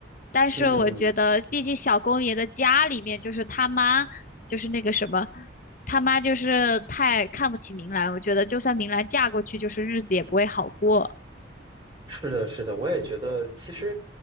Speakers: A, on the left (about 45°); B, on the right (about 25°).
A: 但是我觉得，
B: 嗯嗯
A: 毕竟小公爷的家里面就是他妈，就是那个什么，他妈就是太看不起明兰。我觉得，就算明兰嫁过去，就是日子也不会好过。
B: 是的，是的，我也觉得，其实，